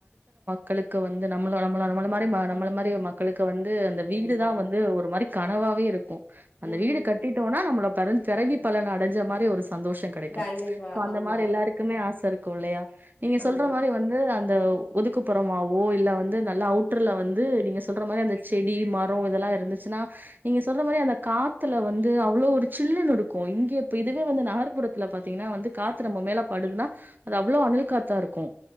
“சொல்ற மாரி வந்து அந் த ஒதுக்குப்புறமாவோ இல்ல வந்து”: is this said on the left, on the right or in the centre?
Right